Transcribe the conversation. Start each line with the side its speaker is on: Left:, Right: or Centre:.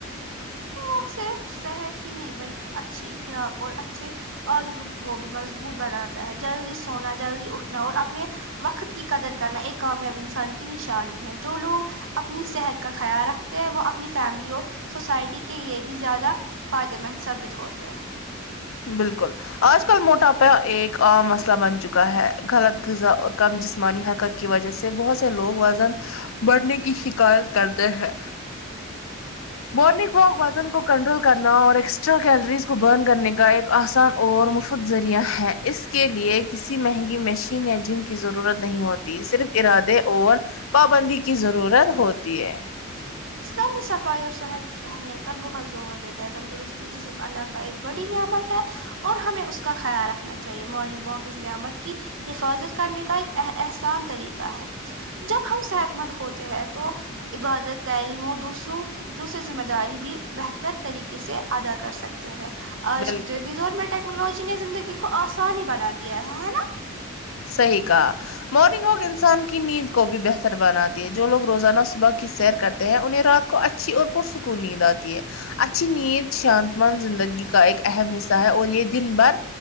Right: لوگ صرف صحت ہی نہیں بلکہ اچھی اخلاق اور اچھے عادت ان گو بھی مضبوط بناتا ہے جلدی سونا جلدی اٹھ نا اور اپنے وقت کی قدر کرنا ایک کامیاب انسان کی نشانی ہے جو لوگ اپنی صحت کا خیال رکھتے ہیں وہ اپنی فیملی اور سوسائٹی کے لیے بھی زیادہ فائدے مند ثابت ہوتے ہیں
Left: بالکل آج کل موٹاپا ایک عام مسئلہ بن چکا ہے غلط غذا اور کم جسم جسمانی حرکت کی وجہ سے بہت سے لوگ وزن بڑھنے کی شکایت کرتے ہیں مارنگ واک وزن کو کنٹرول کرنا اور ایکسٹرا کیلریز کو برن کرنے ایک آسان اور مفت ذریعہ ہے اس کے لئے کسی مہنگی مشین یا جم کی ضرورت نہیں ہوتی صرف ارادے اور پابندی کی ضرورت ہوتی ہے
Right: اسلامی صفائی اور صحت کی اہمیت پر بہت زور دیتا ہے تندرستی جسم اللہ کا ایک بڑی نعمت ہے اور ہمیں اس کا خیال رکھنا چاہیے مارننگ واک کی اس نعمت کی حفاظت کرنے کا ایک اح احسان طریقہ ہے جب ہم صحت مند ہوتے ہیں تو عبادت تعلیم اور دوسروں دوسری ذمہ داری بھی بہتر طریقے سے ادا کر سکتے ہیں آج
Left: بالکل
Right: کے جس دور میں ٹیکنالوجی نے زندگی کو آسانی بنا دیا ہے ہے نا
Left: صحیح کہا مارننگ واک انسان کی نیند کو بھی بہتر بناتی ہے جو لوگ روزانہ صبح کی سیر کرتے ہیں انہیں رات کو اچ چھی اور پرسکون نیند آتی ہے اچھی نینید شانت مند زندگی کا ایک اہم حصہ ہے اور یے دن بھر